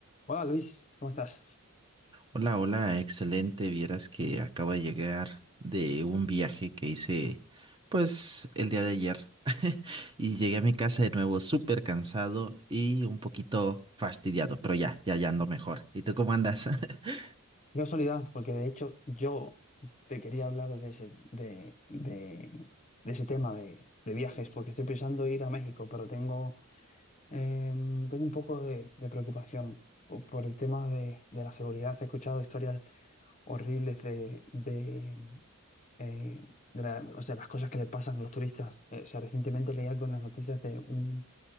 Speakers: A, on the left; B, on the right.
A: Hola Luis, ¿cómo estás?
B: Hola, hola, excelente. Vieras que acabo de llegar de un viaje que hice, pues, el día de ayer. <laughs> Y llegué a mi casa de nuevo súper cansado y un poquito fastidiado, pero ya, ya, ya ando mejor. ¿Y tú cómo andas? <laughs>
A: Qué casualidad, porque de hecho yo te quería hablar de ese, de, de- de ese tema de, de viajes, porque estoy pensando ir a México, pero tengo, eh, tengo un poco de, de preocupación po- por, el tema de, de la seguridad. He escuchado historias horribles de, de, eh, de la- o sea, las cosas que le pasan a los turistas. Eh, o sea, recientemente leía con las noticias de un